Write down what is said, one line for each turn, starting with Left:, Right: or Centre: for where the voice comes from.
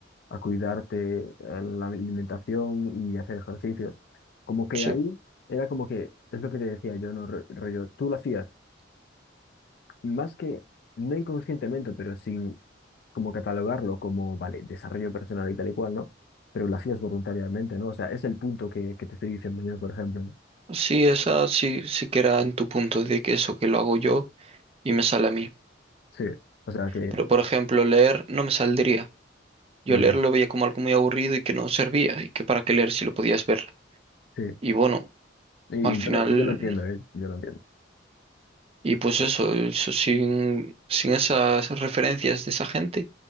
Left: a cuidarte eh, la alimentación y hacer ejercicios. Como que
Right: Sí,
Left: ahí era como que, es lo que te decía yo, ¿no? Ro- Rollo, tú lo hacías, más que, no inconscientemente, pero sin como catalogarlo como, vale, desarrollo personal y tal y cual, ¿no? Pero lo hacías voluntariamente, ¿no? O sea, es el punto que, que te estoy diciendo yo, por ejemplo, ¿no?
Right: sí, esa sí, sí que era en tu punto de que eso que lo hago yo y me sale a mí.
Left: Sí, o sea que,
Right: Pero, por ejemplo, leer no me saldría. Yo
Left: ya,
Right: leer lo veía como algo muy aburrido y que no servía, y que para qué leer si lo podías ver.
Left: sí.
Right: Y bueno,
Left: Y,
Right: al final,
Left: y yo lo, yo lo entiendo, ¿eh? Yo lo entiendo.
Right: y pues eso, eso sin, sin esas referencias de esa gente,